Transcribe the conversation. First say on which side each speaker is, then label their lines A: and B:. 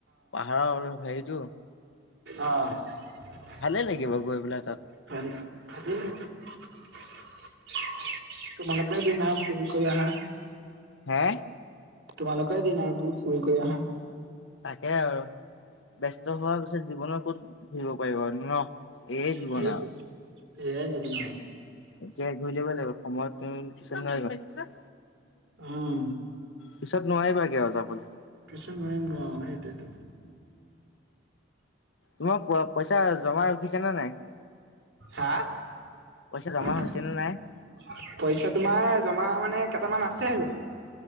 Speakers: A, on the left; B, on the right.
A: পাহাৰৰ হেৰিটো।
B: আহ
A: ভালে লাগিব
B: <unintelligible>
A: গৈ পেলাই তাত
B: তোমালোকৰে দিন আৰু ফুৰি কৰি আহা।
A: হে
B: তোমালোকৰে দিন আৰু বোলো ফুৰি কৰি আহা।
A: তাকে আৰু ব্যস্ত হোৱাৰ পিছত জীৱনত ক'ত ঘূৰিব পাৰিবা আৰু ন। এইয়ে জীৱন
B: সেইটো সেয়াই জীৱন
A: এতিয়া ঘূৰি লব লাগিব সময়ত <unintelligible> পিছত নোৱাৰিবা
B: উম্
A: পিছত নোৱাৰিবাগৈ আৰু যাবলৈ।
B: পিছত নোৱাৰিমগে আৰু সেইটোৱেইটো।
A: তোমাৰ পইচা জমা উঠিছে নে নাই।
B: হা,
A: পইচা জমা
B: পইচা
A: হৈছে নে নাই
B: তোমাৰ জমা মানে কেইটামান আছে আৰু।